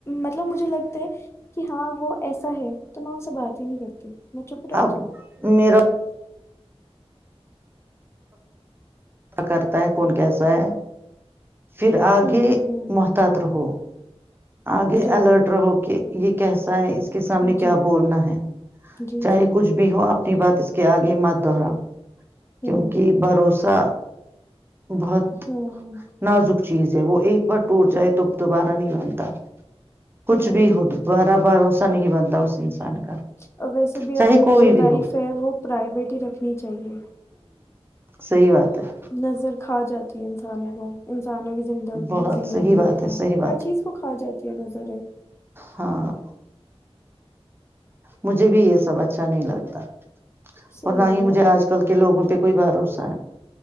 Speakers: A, on the left; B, on the right.
A: مطلب مجھے لگتا ہے کہ ہاں وہ ایسا ہے تو میں ان سے بات ہی نہیں کرتی میں چپ رہتی
B: اب
A: ہوں
B: میریرا پتا کرتا ہے کون کیسا ہے؟ پھر آگے
A: ہوں ہوں
B: محتاط رہو آگے
A: جی
B: اللرٹر ہکے یہ کی س اس کے سامنے کیا
A: جی
B: بولنا ہے
A: جی
B: چاہے
A: جی
B: کچھ بھی ہو اپنی بات اس کے آگے مت دہراؤ
A: ہوں
B: کیونکہ بھروسہ بہت
A: ہوں
B: نازک چیز وہ ایک بار ٹوٹ جائے تو دوبارہ نہیں بنتا کچھ
A: ہوں
B: بھی ہو دو دوارہ بھروسہ نہیں بنتا اس انسان کا
A: اور ویسے بھی
B: چاہے
A: اپنی
B: کوئی
A: جو
B: بھی
A: لائف
B: ہو
A: ہے وہ پرائیویٹ ہی رکھنی چاہیے
B: صحی بات ہے
A: نظر کھا جاتا انسانوں کو ان انسانوں کی زندگی
B: بہت
A: زندگیوں
B: صحیح بات
A: کو
B: ہے صحیح بات
A: ہر چیز
B: ہے
A: کو کھا جاتا د نظرائے
B: ہاں مجھے بھی یہ سب اچھا نہیں لگتا
A: سیم
B: اور نہ ہی
A: میں
B: مجھے
A: بھی
B: آج کل کے لوگوں پہ پ کوئی بار سائ